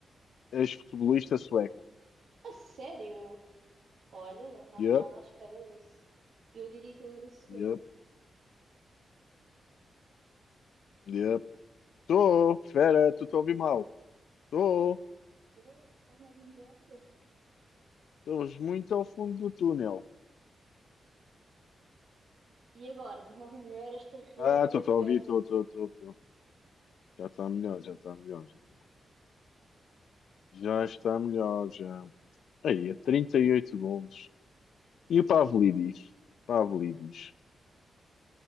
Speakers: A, on the left; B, on the right.
A: Ex-futebolista sueco.
B: A sério? Olha, não estava
A: Yup,
B: nada à espera disso. Eu diria que ele era sueco.
A: yup, yup. Tô, fera, tu te ouvi mal. Tô.
B: Estás-me a ouvir melhor?
A: Estamos muito ao fundo do túnel.
B: E agora? Estás-me a ouvir melhor? Esta rede
A: Ah, estou
B: é
A: a
B: péssima.
A: ouvir, estou, estou, estou. estou.
B: Rede é
A: Já
B: péssima.
A: está melhor, já está melhor, já está. Já está melhor, já. Aí, é 38 golos.
B: Sim.
A: E o Pavlidis? Pavlidis.